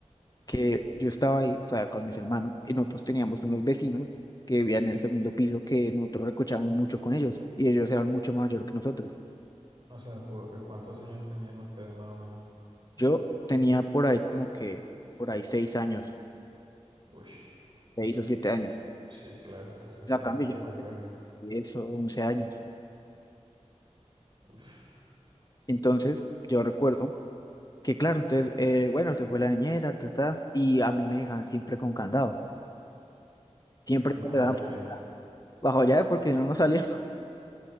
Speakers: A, on the left (about 35°); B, on the right (about 45°).
A: que yo estaba ahí, o sea, con mis hermanos, y nosotros teníamos unos vecinos que vivían en el segundo piso que nosotros recochábamos mucho con ellos, y ellos eran mucho mayor que nosotros.
B: O sea, ¿por cuántos años tenían ustedes más o menos?
A: Yo tenía por ahí como que, por ahí seis años,
B: Ush,
A: seis o siete años.
B: sí, claro, entonces sí
A: A
B: eran
A: cambio,
B: re
A: yo
B: mayores.
A: ya tenía diez o once años.
B: Uf,
A: Entonces, yo recuerdo que, claro, entonces, eh, bueno, se fue la niñera, ta, ta, y a mí me dejaban siempre con candado. Siempre
B: bajo
A: me dejaban
B: llave,
A: pues, bajo llave porque si no nos salíamos.